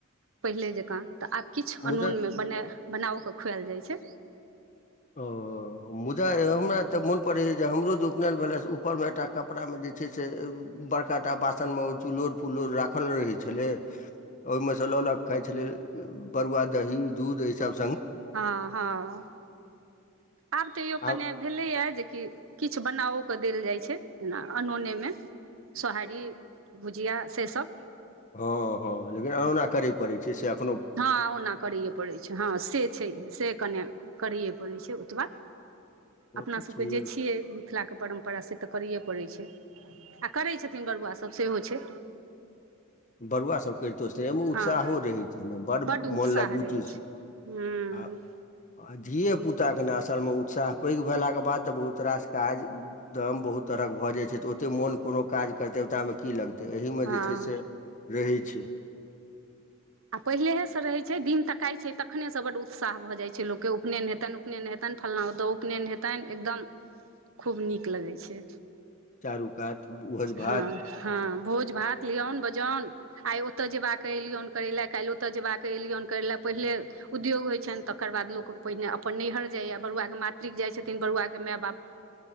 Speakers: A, on the right (about 80°); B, on the left (about 40°).
A: पहिले जकाँ तऽ आब किछु
B: मुदा
A: अनून मे बने बनाओके खुएल जाइ छै।
B: ओ मुदा एहो हमरा तऽ मन परैया जे हमरो जे उपनयन भेला से उपर मे एकटा कपड़ा मे जे छै से बड़काटा बासन मे ओ चुल्लुर-फुल्लुर राख रहे छलै। ओहिमे स ल ल क खाय छलियै। बड़ुआ दही-दूध अहि सब
A: हँ हँ आब तऽ यो कने
B: आब
A: भेलैएा जे कि किछु बनाओे क देल जाइ छै अनोनेमे सोहारी भुजिया से सब
B: हँ हँ लेकिन अनोना करय पड़ै छै से एखनो
A: हँ ओना करैए पड़ै छै हँ से छै से कने करैए परै छै ओ एतबा
B: ओ
A: अपनासभके
B: तऽ छै
A: जे छियै मिथिलाके परम्परा से तऽ करैए पड़ै छै। आ करै छथिन बरुआ सब सेहो छै।
B: बरुआसभ करितहु सेहे‌ मे उत्साहो
A: हँ
B: रहैत छै बड्ड
A: उत्साह
B: मोन लगू
A: रहै
B: चीज छै
A: हूँ
B: आ धियएपुताके ने असलमे उत्साह पैघ भेलाके बाद तऽ बहुत रास काज दम बहुत तरह के भए जाय छै ओते मोन कोनो काज करते ओता में की लगते तऽ एहिमे
A: हँ
B: जे छै से रहै छै
A: आ पहिलेहेसँ रहै छै दिन तकाइत छै तखनेसँ बड उत्साह भऽ जाइ छै लोककेँ उपनयन हेतनि उपनयन हेतनि फल्लाँ उतऽ उपनयन हेतनि एकदम खूब नीक लगै छै।
B: चारू कात भोज भात
A: हँ हँ भोज भात लिअउन बजउन आइ ओतय जेबाक एय लियौन करै लेए काल्हि ओतय जयबाक एय लियौन करै लेए पहिले उद्योग होइ छनि तकर बाद लोक पहिने अपन नैहर जाइए बरुआके मातृक जाइत छथिन बरुआके माय-बाप